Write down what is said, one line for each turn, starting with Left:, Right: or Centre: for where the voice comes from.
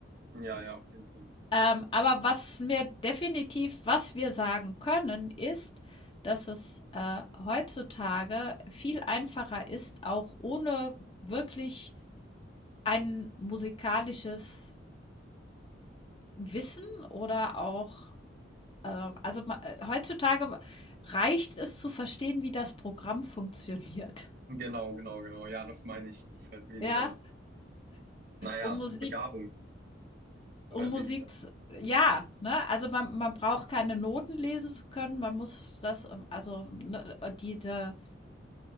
Right: Ja, ja, auf jeden Fall.
Left: Ähm, aber was mir definitiv was wir sagen können, ist, dass es, äh, heutzutage viel einfacher ist, auch ohne wirklich ein musikalisches Wissen oder auch Ähm, also, ma äh, heutzutage reicht es zu verstehen, wie das Programm funktioniert,
Right: Genau, genau, genau. Ja, das meine ich. Das ist halt weniger,
Left: <laughs> ja,
Right: naja,
Left: um Musik
Right: Begabung oder
Left: um Musik
Right: weniger.
Left: z ja, ne? Also, man man braucht keine Noten lesen zu können, man muss das, ähm, also, ne, äh, diese,